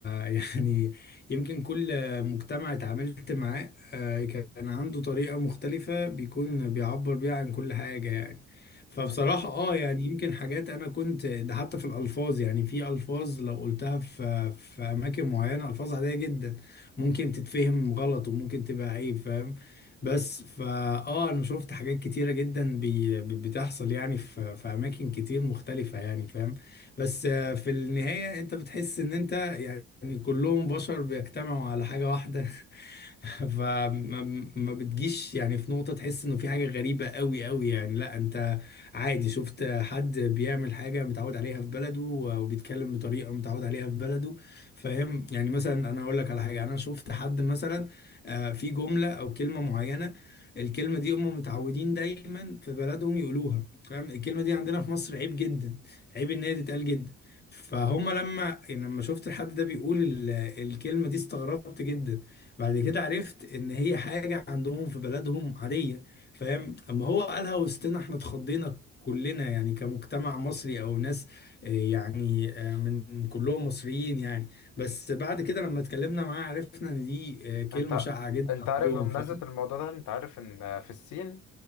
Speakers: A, on the left; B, on the left.
A: آه <laughs> يعني يمكن كل مجتمع اتعاملت معاه آه كان عنده طريقة مختلفة بيكون بيعبر بيها عن كل حاجة يعني فبصراحة
B: مم.
A: اه يعني يمكن حاجات انا كنت ده حتى في الالفاظ يعني في الفاظ لو قلتها في في اماكن معينة الفاظ عادية جدا ممكن تتفهم غلط وممكن تبقى عيب فاهم بس فا اه انا شفت حاجات كتيرة جدا بي بتحصل يعني في في اماكن كتير مختلفة يعني فاهم بس آه، في النهاية انت بتحس ان انت يعني كلهم بشر بيجتمعوا على حاجة واحدة <laughs> <laughs> فما ما بتجيش يعني في نقطة تحس انه في حاجة غريبة قوي قوي يعني لا انت عادي شفت حد بيعمل حاجة متعود عليها في بلده وبيتكلم بطريقة متعود عليها في بلده فاهم يعني مثلا انا هقول لك على حاجة انا شفت حد مثلا آه، في جملة او كلمة معينة الكلمة دي هم متعودين دايما في بلدهم يقولوها فاهم الكلمة دي عندنا في مصر عيب جدا عيب ان هي تتقال جدا فهم لما يعني لما شفت الحد ده بيقول ال- الكلمة دي استغربت جدا بعد كده عرفت ان هي حاجة عندهم في بلدهم عادية فاهم اما هو قالها وسطنا احنا اتخضينا كلنا يعني كمجتمع مصري او ناس آه، يعني آه، من كلهم مصريين يعني بس بعد كده لما اتكلمنا معاه عرفنا ان دي آه، كلمة
B: انت
A: شائعة جدا
B: انت عارف
A: عندهم
B: بمناسبة
A: فاهم
B: الموضوع ده انت عارف ان في الصين